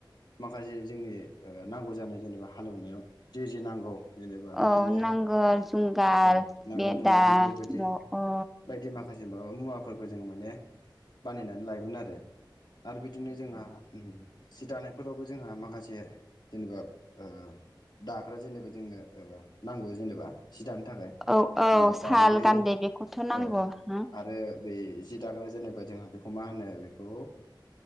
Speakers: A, on the left (about 60°); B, in the centre.
A: माखासे जोंनि ओ ओ नांगौ जानाय जेनेबा हालेवनायाव जे जे नांगौ जेनेबा बिदिनो
B: औ नांगोल जुंगाल
A: औ नांगोल
B: बेदा
A: जुंगाल बेफोरबायदि
B: न अ
A: बायदि माखासे माबा मुवाफोरखौ जोङो माने बानायनानै लायोमोन आरो आरो बिदिनो जोंहा ओम सि दानायफोरावबो जोंहा माखासे जेनेबा ओ दाग्रा जेनेबा जोंनो ओ नांगौ जेनेबा जि दानो थाखाय
B: औ औ
A: जेनबा
B: साल
A: गान्दै
B: बेखौथ' नांगौ
A: औ
B: हो
A: आरो बै जि दाग्रा जेनेबा जोंहा बेखौ मा होनो बेखौ‌ ओ